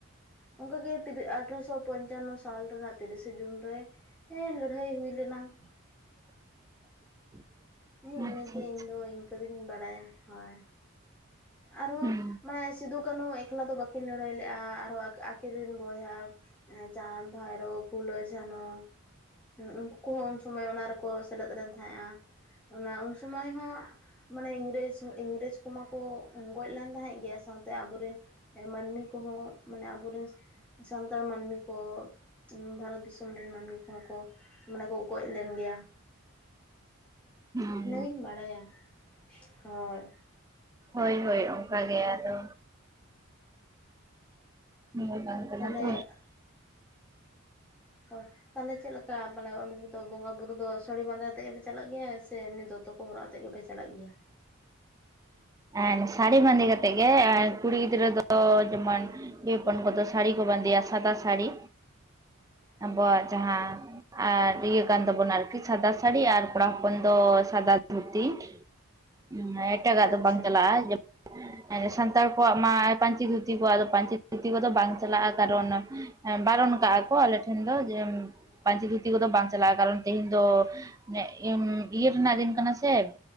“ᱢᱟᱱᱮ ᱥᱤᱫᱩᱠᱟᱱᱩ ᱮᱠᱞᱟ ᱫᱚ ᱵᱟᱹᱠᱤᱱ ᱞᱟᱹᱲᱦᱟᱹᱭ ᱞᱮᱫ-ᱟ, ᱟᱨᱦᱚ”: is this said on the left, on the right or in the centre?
Centre